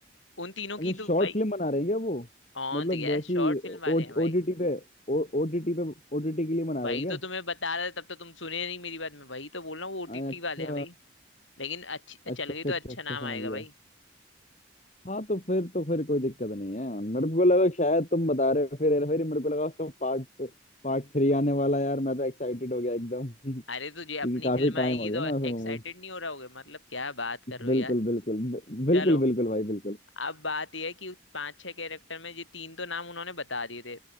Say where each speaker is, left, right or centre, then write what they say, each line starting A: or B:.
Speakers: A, on the left; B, on the left.
A: उन तीनों
B: अच्छा
A: की
B: शॉर्ट
A: तो भाई
B: फिल्म बना रहे हैं क्या वो
A: हाँ
B: मतलब
A: तो क्या
B: वैसी
A: शॉर्ट फिल्म वाले हैं भाई
B: ओटीटी पे ओटीटी पे ओटीटी के लिए बना
A: भाई
B: रहे हैं
A: तो
B: क्या
A: तुम्हें बता रहा था तब तो तुम सुने नहीं मेरी बात मैं वही तो बोल रहा हूँ वो ओटीटी
B: अच्छा
A: वाले हैं भाई लेकिन अच्छी
B: अच्छा
A: चल गई
B: अच्छा
A: तो
B: अच्छा
A: अच्छा
B: अच्छा
A: नाम आएगा
B: समझ गया
A: भाई
B: हाँ तो फिर तो फिर कोई दिक्कत नहीं है मेरे को लगा शायद तुम बता रहे हो फिर हेरा फेरी मेरे को लगा उसका पार्ट पार्ट थ्री आने वाला है यार मैं तो एक्साइटेड हो गया एकदम <laughs> क्योंकि
A: अरे तो ये अपनी
B: काफी
A: फिल्म
B: टाइम
A: आएगी
B: हो गया
A: तो
B: ना उस movie-
A: एक्साइटेड नहीं हो रहा होगे मतलब क्या बात कर रहे हो
B: बिल्कुल
A: यार
B: बिल्कुल बि-
A: चलो
B: बिल्कुल बिल्कुल भाई बिल्कुल
A: अब बात यह है कि उस पांच छह कैरेक्टर में ये तीन तो नाम उन्होंने बता दिए थे